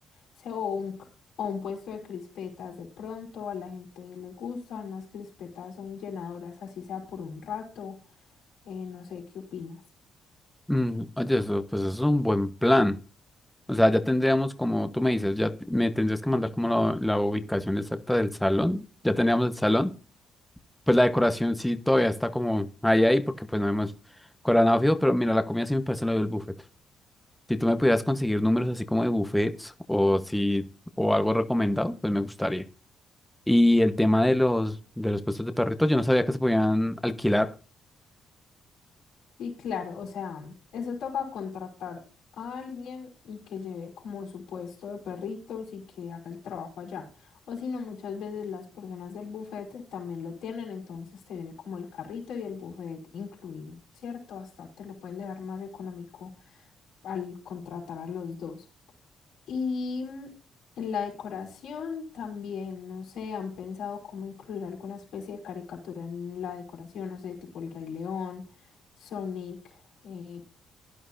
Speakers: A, on the left; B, in the centre.
A: Se, o un, c- o un puesto de crispetas de pronto, a la gente le gustan, las crispetas son llenadoras, así sea por un rato. eh, no sé, ¿qué opinas?
B: Mm, oye, eso, pues eso es un buen plan. O sea, ya tendríamos como, tú me dices, ya t- me tendrías que mandar como la, la ubicación exacta del salón. Ya tendríamos el salón. Pues la decoración sí todavía está como ahí, ahí, porque pues no hemos coronado fijo, pero mira, la comida sí me parece lo del buffet. Si tú me pudieras conseguir números así como de buffets o si, o algo recomendado, pues me gustaría. Y el tema de los, de los puestos de perritos, yo no sabía que se podían alquilar.
A: Sí, claro, o sea, eso toca contratar a alguien y que lleve como su puesto de perritos y que haga el trabajo allá. O si no, muchas veces las personas del buffet también lo tienen, entonces te viene como el carrito y el buffet incluido, ¿cierto? Hasta te lo pueden dejar más económico al contratar a los dos. Y mm, en la decoración también, no sé, han pensado cómo incluir alguna especie de caricatura en la decoración, no sé, tipo el Rey León, Sonic, eh,